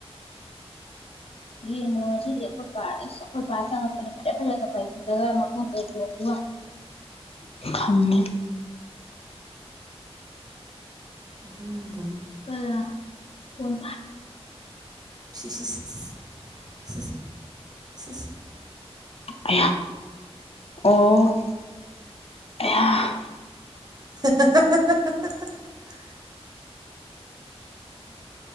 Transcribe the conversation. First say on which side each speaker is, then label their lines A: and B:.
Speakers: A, on the left (about 65°); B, on the right (about 35°).
A: ꯌꯦꯡꯟꯅꯨ ꯉꯁꯤꯗꯤ ꯑꯩꯈꯣꯏꯄ ꯑꯁ ꯑꯩꯈꯣꯏꯄ ꯆꯪꯉꯛꯄꯗ ꯐꯔꯦ ꯐꯔꯦꯒ ꯄꯥꯏꯁꯤꯜꯂꯒ ꯃꯈꯣꯡꯗ ꯆꯣꯡꯕꯒ ꯈꯝꯅꯤ
B: ꯍꯝ
A: ꯀ ꯀꯣꯟ
B: ꯁꯤ ꯁꯤ ꯁꯤ ꯁꯤ
A: ꯑ ꯑꯣ ꯑꯌꯥ
B: <unintelligible>